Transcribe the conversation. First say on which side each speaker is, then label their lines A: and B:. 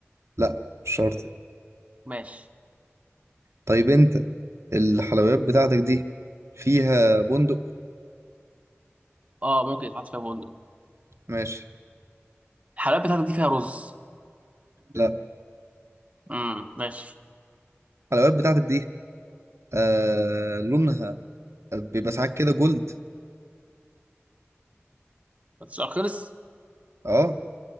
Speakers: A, on the right; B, on the right.
A: لا مش شرط يعني.
B: ماشي
A: طيب انت الحلويات بتاعتك دي فيها بندق
B: اه ممكن يتحط فيها بندق
A: ماشي
B: الحلويات بتاعتك دي فيها رز
A: لا
B: امم ماشي
A: الحلويات بتاعتك دي آه لونها بيبقى ساعات كده جولد
B: السؤال خلص
A: اه